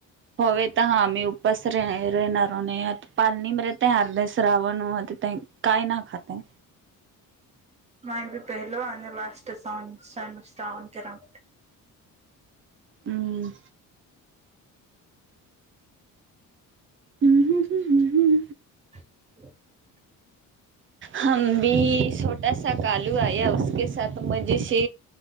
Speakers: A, on the right; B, on the right.
A: होवे तर हा मी उपास राहणारो नाही पालणी म ते अर्ध श्रावणते काय ना खाते
B: माय बी पहिलो लास्ट सन श्रावण करो
A: हुं हु हुं हुं
B: <inaudible>
A: हम भु ऐसा कालू आया उसके साथ मजेसी